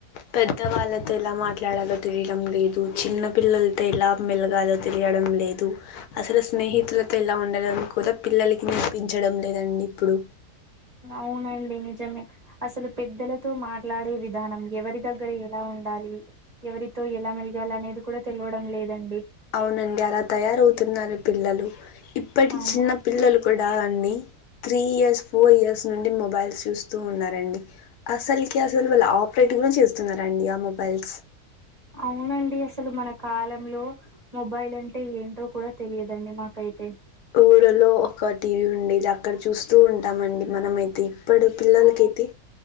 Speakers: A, on the left (about 75°); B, on the right (about 35°).
A: పెద్ద వాళ్ళతో ఎలా మాట్లాడాలో తెలిడం లేదు చిన్న పిల్లలతో ఎలా మెలగాలో తెలియడం లే దు అసలు స్నేహితులతో ఇలా ఉండలని కూడా పిల్లలకి నేర్పించడం లేదండి ఇప్పుడు
B: అవునండి నిజమే అసలు పెద్దలతో మాట్లాడే విధానం ఎవరి దగ్గర ఎలా ఉండాలి ఎవరితో ఎలా మెలగాలి అనేది కూడా తెల్వడం లేదండి
A: అవునండి అలా తయారవుతున్నారు పిల్లలు ఇప్పటి
B: అవును
A: చిన్న పిల్లలు కుడ్ డ అండి త్రీ ఇయర్స్ ఫోర్ ఇయర్స్ నుండి మొబైల్స్ చూస్తూ ఉన్నారండి అసల్కి అసలు వాళ్ళు ఆపరేట్గున చేస్తున్నారండి ఆ మొబైల్స్
B: అవునండి అసలు మన కాలంలో మొబైల్ అంటే ఏంటో కూడా తెలియదండి మాకైతే
A: ఊరిలో ఒక టీవీ ఉండేది అక్కడ చూస్తూ ఉంటామండి మనమయితే ఇప్పుడు పిల్లలకైతే
B: ఆ